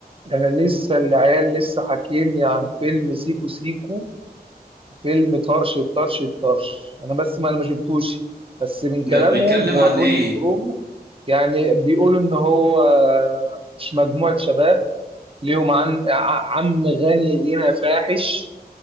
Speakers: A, on the right (about 35°); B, on the right (about 75°).
A: ده انا لسه العيال لسه حاكيني عن فيلم سيكو سيكو فيلم طرش طرش طرش انا بس ما انا ما شفتوش بس من كلامهم
B: ده بيتكلم
A: وروني
B: عن ايه
A: البرومو يعني بيقولوا ان هو ش- مجموعة شباب ليهم عن ع- عم غني غنى فاحش